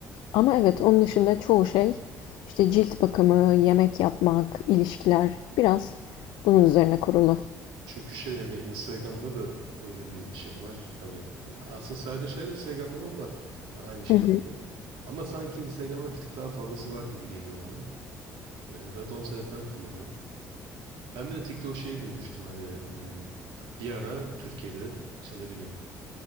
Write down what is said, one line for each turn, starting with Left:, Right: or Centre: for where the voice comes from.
Left: Ama evet onun dışında çoğu şey işte cilt bakımı, yemek yapmak, ilişkiler biraz bunun üzerine kurulu.
Right: Çünkü şey hani Instagram'da da böyle bir şey var. Hani ya aslında saydığın şeyler Instagram'da da var. Hani aynı şekilde.
Left: Hı hı.
Right: Ama sanki Instagram'da bir tık daha fazlası var gibi geliyor bana. Ee, zaten o sebepten kullanıyorum. Ben bir de TikTok şeyi duymuştum hani hmm, bir ara Türkiye'de işte ne bileyim